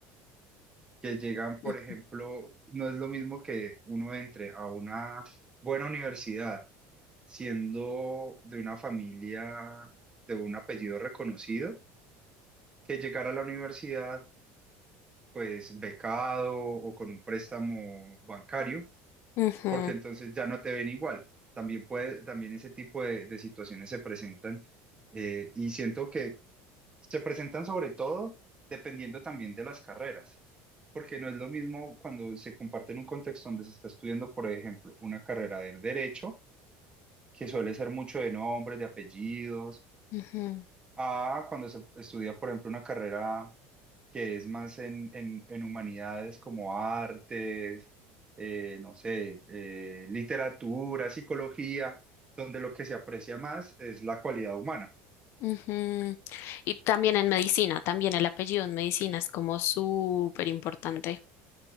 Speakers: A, on the right; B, on the left.
A: que llegan, por
B: Ujú.
A: ejemplo, no es lo mismo que uno entre a una buena universidad siendo de una familia de un apellido reconocido, que llegar a la universidad pues becado o con un préstamo bancario
B: Ujú,
A: porque entonces ya no te ven igual. También puede, también ese tipo de, de situaciones se presentan eh, y siento que se presentan sobre todo dependiendo también de las carreras, porque no es lo mismo cuando se comparte en un contexto donde se está estudiando, por ejemplo, una carrera de derecho, que suele ser mucho de nombres, de apellidos,
B: ujú,
A: a cuando se estudia, por ejemplo, una carrera que es más en, en- en humanidades como artes, eh, no sé, eh, literatura, psicología, donde lo que se aprecia más es la cualidad humana.
B: ujú. Y también en medicina, también el apellido en medicina es como súper importante.